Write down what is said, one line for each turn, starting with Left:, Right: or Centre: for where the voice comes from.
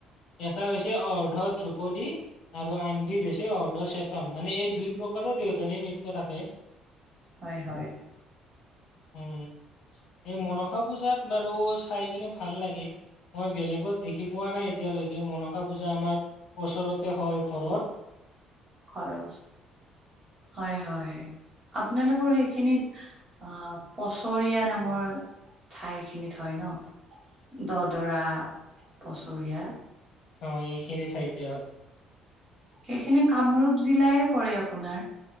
Left: এটা হৈছে অৰ্ধ ধ্ৰুপদী, আৰু আনবিধ হৈছে অৰ্ধ চেতন, মানে এই দুই প্ৰকাৰৰ দেউধানী নৃত্য থাকে।
Right: হয় হয়।
Left: উম, এই মনসা পূজাত বাৰু চাই কিনে ভাল লাগে। মই বেলেগত দেখি পোৱা নাই এতিয়ালৈকে মনসা পূজা আমাৰ ওচৰতে হয় ঘৰত।
Right: খৰচ হয় হয় আপোনালোকৰ সেইখিনিত, আহ পছৰিয়া নামৰ, ঠাইখিনিত হয় ন, দদৰা পছৰিয়া
Left: অ এইখিনি ঠাইতে হয়।
Right: সেইখিনি কামৰূপ জিলাইয়ে পৰে আপোনাৰ,